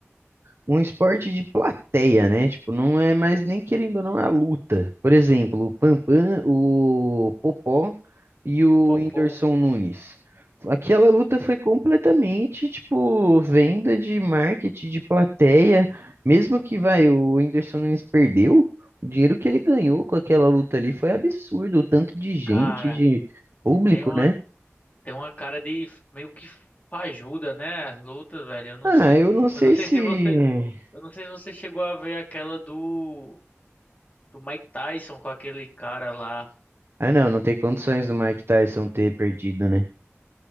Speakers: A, on the right (about 60°); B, on the left (about 35°).
A: um esporte de plateia, né? Tipo, não é mais nem querendo ou não é a luta. Por exemplo, o Pampam, o Popó e o
B: o Popó.
A: Whindersson Nunes. Aquela luta foi completamente, tipo, venda de marketing, de plateia. Mesmo que, vai, o Whindersson Nunes perdeu, o dinheiro que ele ganhou com aquela luta ali foi absurdo. O tanto de gente,
B: Cara.
A: de público,
B: Tem uma,
A: né?
B: tem uma cara de f- meio que fajuda, né? As lutas, velho. Eu não
A: Ah,
B: sei.
A: eu não sei
B: Eu não sei
A: se...
B: se você. Eu não sei se você chegou a ver aquela do. Do Mike Tyson com aquele cara lá.
A: Ah, não, não tem condições do Mike Tyson ter perdido, né?